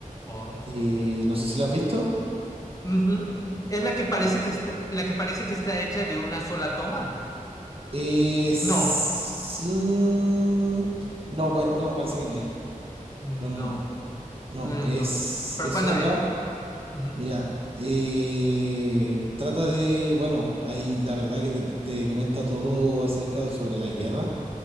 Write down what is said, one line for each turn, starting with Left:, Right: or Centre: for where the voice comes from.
Left: Oh.
Right: Eh, no sé si la has visto.
Left: Ujú, ujú. Es la que parece
Right: Ya.
Left: que está, la que parece que está hecha de una sola toma.
Right: Es...
Left: No.
Right: mm, No, pues, no, parece que no es.
Left: No,
Right: No, no, no.
Left: no,
Right: No, es,
Left: no. no. Pero
Right: es
Left: cuando
Right: otra.
Left: es? Ujú,
Right: Mira, eh, trata de, bueno, ahí la verdad que te, te comenta todo acerca sobre la guerra,